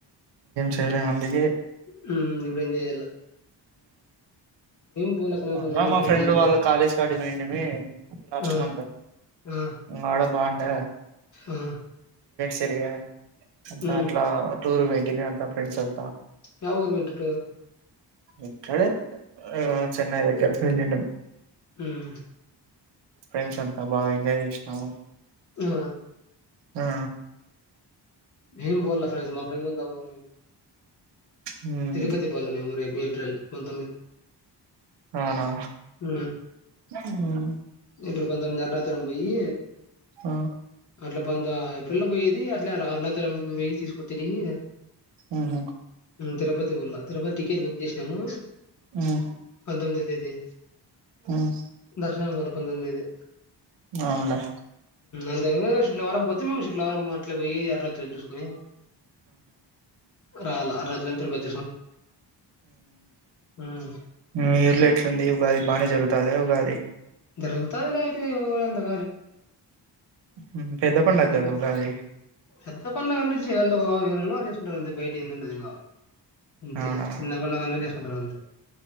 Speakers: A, on the right; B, on the left.
A: టేర వందందికి
B: హ నిగ్రంద ఎల్ పూల్ అక్కడ
A: మొన్న
B: మళ్ళ మేం
A: మా
B: ఫ్రెండ్స్
A: ఫ్రెండ్ వాళ్ళ కాలేజ అడిమండి అ లాస్ట్
B: ఆ
A: మంతంత్డ
B: ఆ
A: బాగుండ
B: ఆ
A: సరియా అంత
B: మ్
A: అట్లా టూర్ వెంటన్యూంత ఫ్రెండ్స్ అంత
B: వ ఊరుమంటట్
A: ఇక్కడే ఆ చెన్నై దగ్గరకు వెళ్ళిండు
B: ఆహా
A: ఫ్రెండ్స్ అంతా బాగా ఎంజాయ్ చేసినాము
B: ఆ
A: అ ఆ
B: ఏమ్ బోల్ ఫ్రడ్ మా ఫ్రడ్ బ
A: హ్మ్
B: తిరుపతి పాల మమోరి క కొంత మీ
A: అవునా
B: ఆ
A: హ్మ్
B: ఇప్పుడు పంతొమిది ఎ అర్నా తరం పోయి
A: ఆ
B: ట్ ఇక్కడలో పోయేది అట్లా వె తీ తరిగి
A: ఊహూ
B: త బ పో త టటిట్ బుక్ చే మ
A: హ్మ్
B: పంతమిదిది
A: హ్మ్
B: దర్శన పంద ఇది
A: అవునులే
B: అంతక చుట్లవారం పోతే మేము చుట్లవారం అట్ పోయి అర్రాత్రు చూసుకని రాల అత్ర చంద్రపతి హ్మ్.
A: మీరులో ఎట్లంది ఉగాది బాగానే జరుగుతుద ఉగాది
B: ప్రభుత్వానిదైతే ఊరంతా
A: ఉమ్, పెద్ద పండగ
B: <unintelligible>
A: కదా
B: <unintelligible>
A: ఉగాది
B: పెద్ద పండుగ అంటే <unintelligible> చేసుకుంటారంతే బై <unintelligible> అంతే
A: అవునా
B: చిన్నగూనాగానే చేసుకుంటారంతే